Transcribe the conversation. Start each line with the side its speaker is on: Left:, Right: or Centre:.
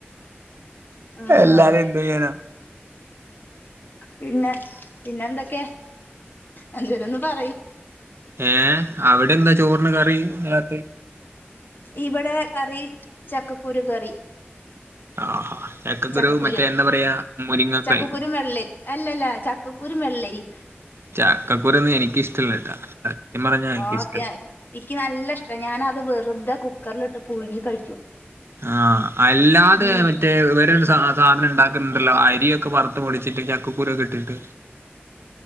Left: ആഹ്
Right: എല്ലാരും എന്ത്്യാനാ
Left: പിന്നെ പിന്നെ എന്തൊക്കെ എ ചര ഒന്ന് പറ
Right: ഏ അവിടെ എന്താ ചോറിന് കറി രാത്രി
Left: ഇവിടെ കറി ചക്കക്കുരു കറി
Right: ആഹാ
Left: ചക്കക്കുരു
Right: മറ്റേ എന്താ പറയാ മുരിങ്ങക്കായോ
Left: ചക്കക്കുരു വെള്ളരി അല്ലല്ല ചക്കക്കുരു വെള്ളരി
Right: ചക്കക്കുരുന്ന് എനിക്കിഷ്ടല്ലട്ടാ സത്യം പറഞ്ഞാ എനിക്കിഷ്ടല്ല
Left: ഓക്കെ എനിക്ക് നല്ല ഇഷ്ടം ഞാന വെറുതെ കുക്കറില ഇിട്ട് പുഴുങ്ങി കഴിക്കും
Right: ആഹ അല്ലാതെ
Left: ഉം
Right: മറ്റേ ഇവര സാധനം ഉണ്ടാക്കുന്നുണ്ടല്ലോ അരിയൊക്കെ മുൊടിച്ചിട്ട് ചക്കക്കൂര കെട്ടിട്ട്